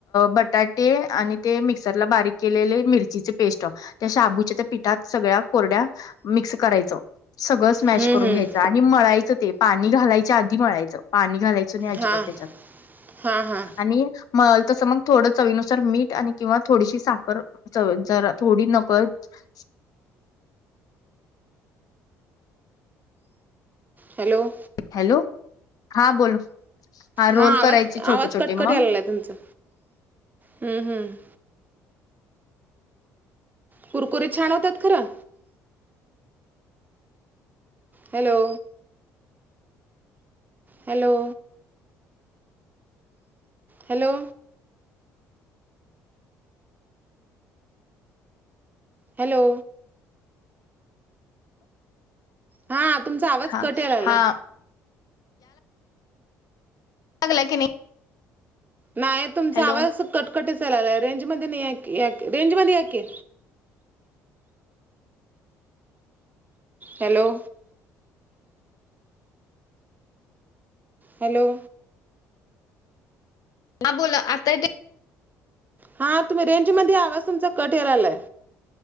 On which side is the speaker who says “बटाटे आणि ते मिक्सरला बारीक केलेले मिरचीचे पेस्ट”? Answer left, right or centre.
Left